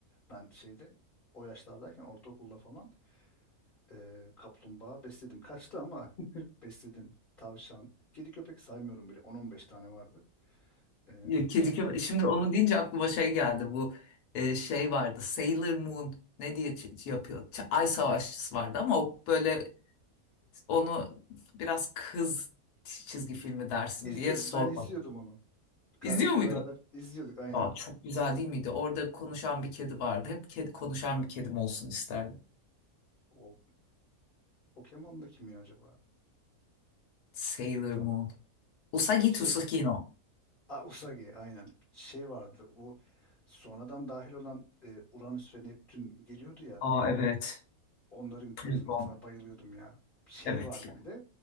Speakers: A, on the left; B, on the left.
A: Ben şeyde o yaşlardayken ortaokulda falan Ee, kaplumbağa besledim. Kaçtı ama <laughs> besledim. Tavşan. Kedi köpek saymıyorum bile. on on beş tane vardı. Ee,
B: Ya, kedi
A: kefal.
B: köpek. Şimdi onu deyince aklıma şey geldi. Bu e, şey vardı. Sailor Moon ne diye ç- ç- yapıyor? Ç- Ay Savaşçısı vardı ama o böyle onu biraz kız ç- çizgi filmi dersin
A: İzliyor.
B: diye sormadım.
A: Ben izliyordum onu. Kardeşimle
B: İzliyor muydun?
A: beraber izliyorduk aynen.
B: Aa, çok güzel değil miydi? Orada konuşan bir kedi vardı. Hep kedi konuşan bir kedim olsun isterdim.
A: O Pokemon'da kim ya acaba?
B: Sailor
A: Tam
B: Moon. Usagi
A: şey.
B: Tsukino.
A: Aa, Usagi aynen. Şey vardı. Bu sonradan dahil olan e, Uranüs ve Neptün geliyordu ya.
B: Aa evet.
A: Onların karizmasına
B: Plüton.
A: bayılıyordum ya. Şey
B: Evet
A: vardı
B: ya.
A: bir de.